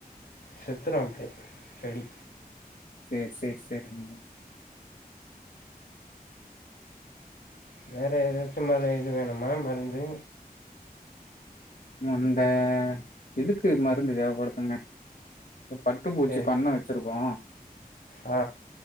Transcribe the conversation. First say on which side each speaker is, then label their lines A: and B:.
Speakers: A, on the left; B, on the left.
A: செத்துரோ அப்படியே செடி
B: சேர் சேர் சேரி நீங்க
A: வேற ஏதாச்சும் மர இது வேணுமா மருந்து
B: இந்த இதுக்கு மருந்து தேவபடுத்துணே பட்டுப்பூச்சி
A: ஏ
B: பண்ண வெச்சிருக்கோ
A: ஆ